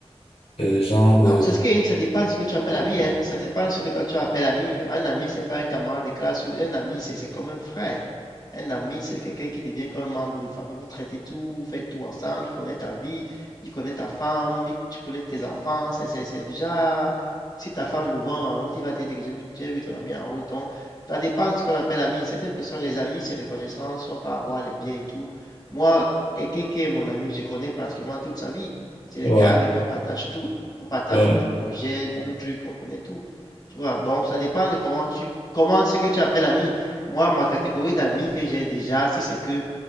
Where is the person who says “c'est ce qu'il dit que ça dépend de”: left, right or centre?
Left